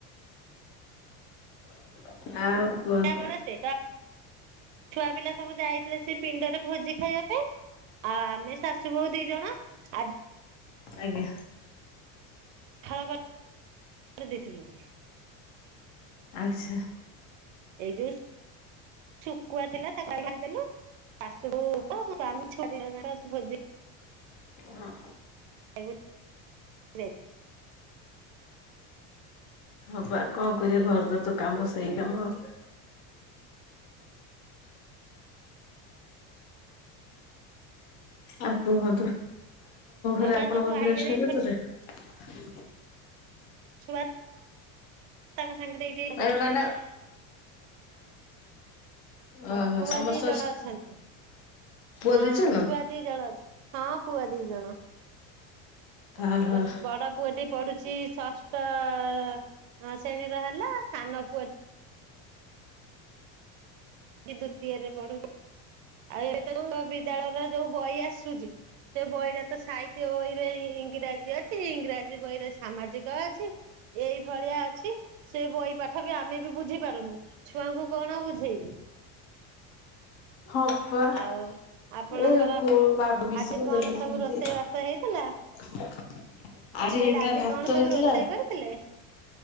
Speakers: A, on the left; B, on the right.
A: <inaudible> କୁହନ୍ତୁ
B: ସେ ବଳ ସେ ଛୁଆ ପିଲା ସବୁ ଯାଇଥିଲେ ସେ ପିଣ୍ଡରେ ଭୋଜି ଖାଇବା ପାଇଁ ଆଉ ଆମେ ଶାଶୁ ବୋଉ ଦି ଜଣ ଆ
A: ଆଜ୍ଞା।
B: ଖାଳ ଵା କରିଦେଉଥିଲୁ।
A: ଅଚ୍ଛା!
B: ଏଇ ଯୋଉ ଉସ ଶୁକୁଆ। ଥିଲା ତ କାଲି ସାରିଦେଲୁ, ଶାଶୁ <inaudible> କ ଆମେ ଛୁଆ ଦିଇ ଜଣ ଭୋଜି
A: ହଁ।
B: <inaudible>
A: ହଁ ବା କଣ କରିବା, ଘର ଦର ତ କାମ
B: ଯାଇଥିଲେ
A: ସେଇ କାମ। <inaudible> ହଁ ଆଉ କୁହନ୍ତୁ। ଆଉ ଆପଣଙ୍କ ଘରେ
B: ଆଉ
A: ଆପଣଙ୍କର
B: ସବୁ ଆଇଲେଣି
A: ପିଲା ଶୋଇ ପଡ଼ିଛନ୍ତି?
B: ଛୁଆର ତାଙ୍କ ସାଙ୍ଗରେ ଏଇଠି ରହ
A: ଆରେ
B: ଟିକେ
A: ମ୍ୟାଡ଼ାମ
B: ମୋ
A: ଓହୋ
B: ଛୁଆ
A: ସମସ୍ତେ
B: ଦି ଜଣ ଅଛନ୍ତି।
A: ପୁଅ
B: ହଁ
A: ଦି ଜଣ
B: ଛୁଆ ଦି ଜଣ ଅଛି, ହଁ ପୁଅ ଦି ଜଣ। ଆଉ
A: ଓହୋ।
B: ଗୋଟ ବଡ ପୁଅଟି ପଢୁ ଛି ଷଷ୍ଠ ଅ ଅ ଅ ଶ୍ରେଣୀର ହେଲା ସାନ ପୁଅ ୟେ ଦ୍ଵିତୀୟରେ ପଢୁ, <inaudible> ଆଉ ଇଏ ତେଣୁ ବିଦ୍ୟାଳୟରେ ଯୋଉ ବହି ଆସୁଛି ସେ ବହିରେ ତ ସାଇ ସେ ବହିରେ ଇଂରାଜୀ ଅଛି, ଇଂରାଜୀ ବହିରେ ସାମାଜିକ ଅଛି ଏଇ ଭଳିଆ ଅଛି, ସେ ବହି ପାଠ ବି ଆମେ ବି ବୁଝି ପାରୁନୁ, ଛୁଆଙ୍କୁ କଣ ବୁଝେଇବୁ।
A: ହଁ ହଁ,
B: ଆଉ ଆପଣଙ୍କର
A: ଏ କୋଉ ଵାତ ବିଶୁଦେଲି
B: ଆଜି କଣ ସବୁ
A: ସେମିତି।
B: ରୋଷେଇ ବାସ ହେଇଥିଲା
A: <unintelligible>
B: ମୁଁ କହିଲି
A: ହେଇଥିଲା
B: ଆଜି
A: ଭାତ
B: କ'ଣ ସବୁ
A: ହେଇଥିଲା
B: ରୋଷେଇ କରିଥିଲେ?